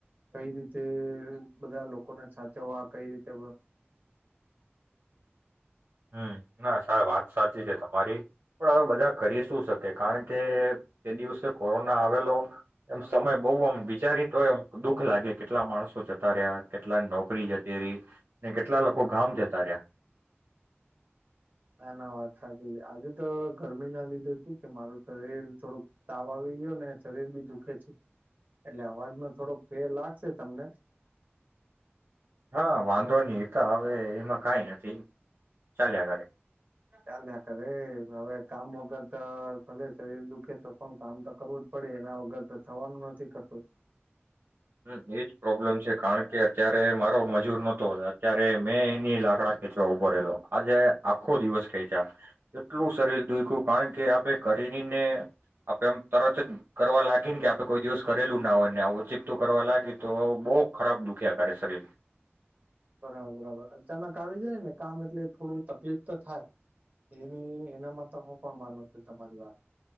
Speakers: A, on the right (about 35°); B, on the right (about 60°).
A: કઈ રીતે બધા લોકોને સાચવવા કઈ રીતે.
B: હમ ના સ વાત સાચી છે તમારી પણ હવે બધા કરી શું શકે કારણ કે જે દિવસે કોરોના આવેલો એમ સમય બહુ આમ વિચારી તો એમ દુઃખ લાગે કેટલા માણસો જતા રહ્યા કેટલા નોકરી જતી રહી ને કેટલા લોકો ગામ જતા રહ્યા.
A: ના ના વાત સાચી આજે તો ગરમી ના લીધે શું કે મારું શરીર થોડુંક તાવ આવી ગયો ને શરીર બી દુખે છે એટલે અવાજમાં થોડોક ફેર લાગશે તમને.
B: હા વાંધો નહીતા હવે એમાં કઈ નથી ચાલ્યા ઘરે.
A: ચાલ્યા કર રે હવે કામ વગર તો ભલે શરીર દુખે તો પણ કામ તો કરવું જ પડે, એના વગર તો થવાનું નથી કરતું.
B: હ એજ પ્રોબ્લેમ છે કારણ કે અત્યારે મારો મજૂર નતો અત્યારે મેં એની લાકડા ખેંચવા ઉભો રહેલો આજે આખો દિવસ ખેંચ્યા એટલું સરીર દુઈખ્યું કારણ કે આપે કરી ને આપે એમ તરત જ કરવા લાગી ને કે આપે કોઈ દિવસ કરેલું ના હોય ને આવ. કરવા લાગી તો બહુ ખરાબ દુખ્યાકારે શરીર.
A: બરાબર બરાબર અચાનક આવી જાય ને કામ એટલે થોડું તકલીફ તો થાય એની એનામાં તો હું પણ માનું છું તમારી વાત.